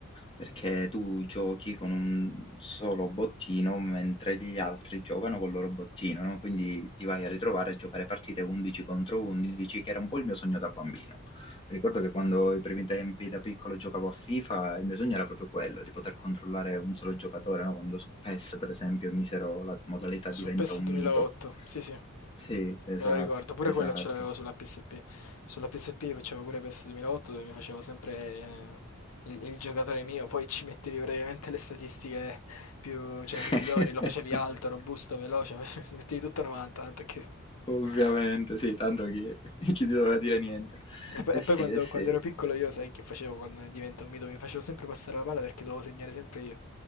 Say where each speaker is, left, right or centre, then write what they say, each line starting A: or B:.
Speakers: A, on the left; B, on the left.
A: perché tu giochi con un solo bottino mentre gli altri giocano col loro bottino, no? Quindi ti vai a ritrovare a giocare partite 11 contro 11, che era un po' il mio sogno da bambino. Ricordo che quando i primi tempi da piccolo giocavo a FIFA, il mio sogno era proprio quello, di poter controllare un solo giocatore, no? Quando su PES, per esempio, misero la modalità
B: Su
A: diventa
B: PES
A: un
B: 2008,
A: mito.
B: sì sì, me
A: Sì, esatto,
B: lo ricordo, pure
A: esatto.
B: quello ce l'avevo sulla PSP. Sulla PSP facevo pure PES 2008 dove mi facevo sempre eh, il, il giocatore mio, poi ci mettevi praticamente le statistiche più, cioè,
A: <laughs>
B: migliori, lo facevi alto, robusto, veloce, <laughs> ci mettevi tutto 90, tanto che...
A: Ovviamente, sì, tanto chi, <laughs> chi ti doveva dire niente.
B: E poi,
A: Eh
B: e
A: sì,
B: poi quando,
A: eh sì.
B: quando ero piccolo io sai che facevo quando divento un mito? Mi facevo sempre passare la palla perché dovevo segnare sempre io.